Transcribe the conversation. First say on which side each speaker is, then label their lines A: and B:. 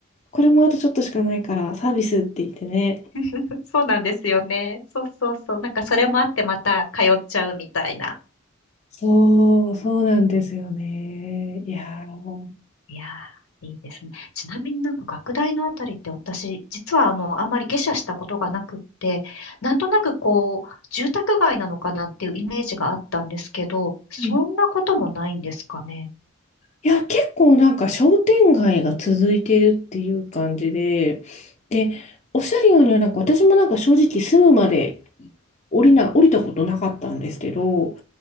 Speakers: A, on the left; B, on the left.
A: これもあとちょっとしかないから、サービスって言ってね。
B: <laughs> そうなんですよね。そうそうそう。なんか、それもあって、また通っちゃうみたいな。
A: そう、そうなんですよね。いやー、
B: いやー、いいですね。ちなみになんか学大のあたりって私、実はあの、あんまり下車したことがなくって、なんとなくこう、住宅街なのかなっていうイメージがあったんですけど、そんなこともないんですかね。
A: はいいや、結構なんか商店街が続いてるっていう感じで、で、おっしゃるようにはなんか私もなんか正直住むまで降りな、降りたことなかったんですけど、